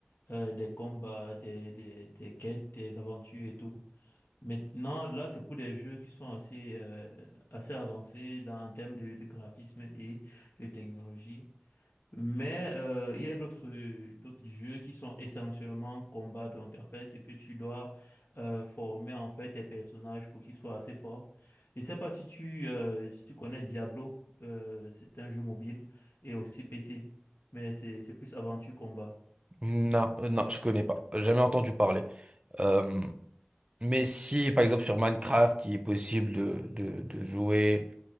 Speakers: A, on the left (about 60°); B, on the right (about 25°).
A: euh, des combats, des, des, des quêtes, des aventures et tout. Maintenant, là, c'est pour des jeux qui sont assez, euh, assez avancés dans, en termes de, de graphisme et de technologie. Mais euh, il y a d'autres d'autres jeux qui sont essentiellement combat. Donc, en fait, c'est que tu dois euh, former en fait tes personnages pour qu'ils soient assez forts. Je sais pas si tu euh, si tu connais Diablo. Euh, c'est un jeu mobile et aussi PC, mais c'est c'est plus aventure combat.
B: Non, euh, non, je connais pas. J'ai Jamais entendu parler. Euh, mais si, par exemple, sur Minecraft, il est possible de, de, de jouer,